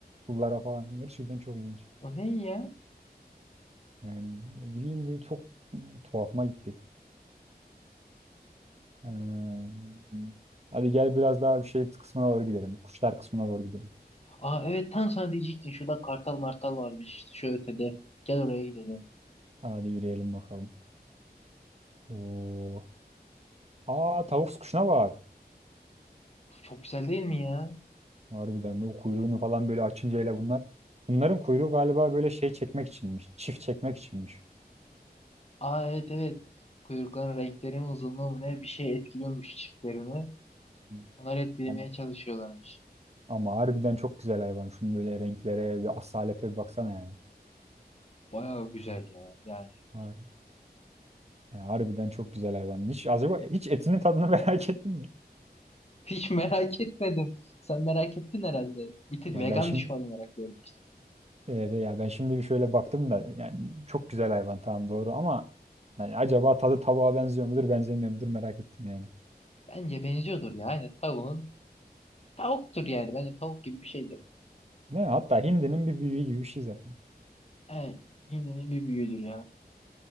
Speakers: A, on the right; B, on the left.
A: pullara falan. Gerçekten çok ilginç.
B: O ne ya?
A: Yani ne bileyim de çok tuhafıma gitti. Ee, hadi gel biraz daha bir şey kısmına doğru gidelim. Kuşlar kısmına doğru gidelim.
B: Aa evet tam sana diyecektim. Şurada kartal martal varmış işte şu ötede. Gel oraya gidelim.
A: Hadi yürüyelim bakalım. Oo. Aa tavus kuşuna bak.
B: Çok güzel değil mi ya?
A: Harbiden o kuyruğunu falan böyle açınca hele bunlar. Bunların kuyruğu galiba böyle şey çekmek içinmiş. Çift çekmek içinmiş.
B: Aa evet evet. Kuyrukların renkleri mi uzunluğu mu ne bir şey etkiliyormuş çiftlerini.
A: Hmm,
B: Onları etkilemeye
A: Ama,
B: çalışıyorlarmış.
A: ama harbiden çok güzel hayvan. Şunun böyle renklere bir asalete bir baksana yani.
B: bayağı güzel ya yani.
A: Har- yani harbiden çok güzel hayvan. Hiç acaba hiç etinin tadını <laughs> merak ettin mi?
B: <laughs> Hiç merak etmedim. Sen merak ettin herhalde. Bir tık
A: Ya
B: vegan
A: ben şimdi
B: düşman olarak gördüm seni.
A: Evet, ya ben şimdi bir şöyle baktım da yani çok güzel hayvan tamam doğru ama yani acaba tadı tavuğa benziyor mudur benzemiyor mudur merak ettim yani.
B: Bence benziyordur ya. Yani tavuğun tavuktur yani. Bence tavuk gibi bir şeydir.
A: Ne? Hatta hindinin bir büyüğü gibi bir şey zaten.
B: Yani hindinin bir büyüğüdür ya.